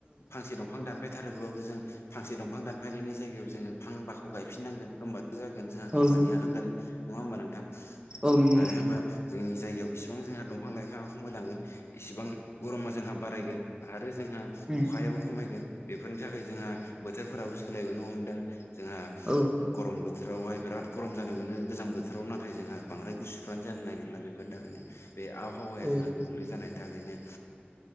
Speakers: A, on the left; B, on the right.
A: फांसे दं दंफां दानफायथारोबाबो जों फांसे दंफां दानफायनायनि जायगायाव जोंङो फांबाखौ गायफिन नांगोन होमबा जागोन जोंहा
B: औ
A: खामानिया होगोन नङा होमबा नोंथां
B: औ नंगौ
A: मानो होनबा जोंनि जायगायाव बिसिबां जोंहा दंफां लाइफाङा खमायलांगोन इसिबां गरमा जोंहा बारायगोन। आरो जोंहा
B: उम
A: अखायाबो खमायगोन। बेफोरनि थाखाय जोंहा बोथोरफोराबो सोलायबोनो हमदों जोंहा
B: औ।
A: गरमबो बोथोरावहाय बिराद गरम जानो मोनो गोजां बोथोराव नाथाय जोंहा बांद्राय गुसुफ्रानो जानो नागिरला बेफोरनि थाखायनो बे आबहावाया
B: औ
A: जोंहा गुबुंले जानायनि थाखायनो